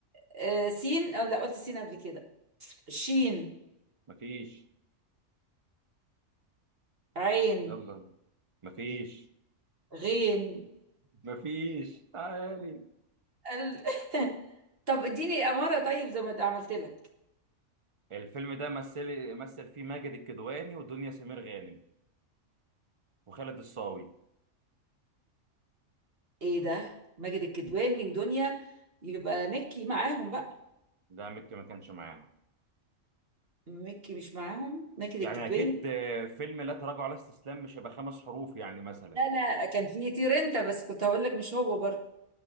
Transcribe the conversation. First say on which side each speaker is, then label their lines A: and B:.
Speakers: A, on the right (about 45°); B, on the right (about 25°).
A: آه سين او لا قلت سين قبل كده شين
B: مفيش
A: عين
B: يلا مفيش
A: غين
B: مفيش تعالي
A: ال... <laughs> طب اديني اماره طيب زي ما ده عملت لك
B: الفيلم ده مثل مثل فيه ماجد الكدواني ودنيا سمير غانم وخالد الصاوي
A: ايه ده ماجد الكدواني ودنيا يبقى مكي معاهم بقى
B: ده مكي ما كانش معاهم
A: مكي مش معاهم ماجد
B: يعني
A: الكدواني
B: اكيد آه، فيلم لا تراجع ولا استسلام مش هيبقى خمس حروف يعني مثلا
A: لا لا كان في تيرنتا بس كنت هقول لك مش هو برضه